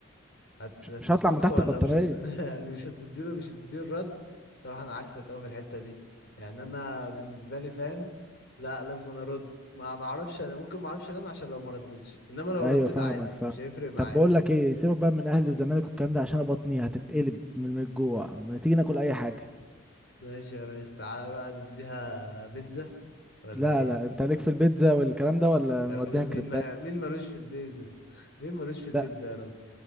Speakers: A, on the left; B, in the centre.
A: هت...
B: مش
A: هتسكت
B: مش هطلع من تحت
A: له ولا
B: البطانيه
A: مش هت... <laughs> مش هتديله مش هتديله الرد بصراحة انا عكسك اوي في الحتة دي يعني انا بالنسبة لي فاهم لا لازم انا ارد ما ما اعرفش انا ممكن ما اعرفش انام عشان لو ما ردتش انما لو
B: ايوه
A: رديت
B: فاهمك
A: عادي
B: فاهم
A: مش هيفرق معايا
B: طب بقول لك ايه سيبك بقى من اهلي والزمالك والكلام ده عشان أنا بطني هتتقلب من من الجوع ما تيجي ناكل اي حاجه
A: ماشي يا ريس تعالى بقى نديها بيتزا ولا
B: لا
A: ايه
B: لا انت ليك في البيتزا والكلام ده ولا
A: يا
B: نوديها
A: راجل
B: كريبات
A: مين ما... مين ملوش في البيتزا <laughs> مين ملوش في البيتزا
B: لا
A: يا راجل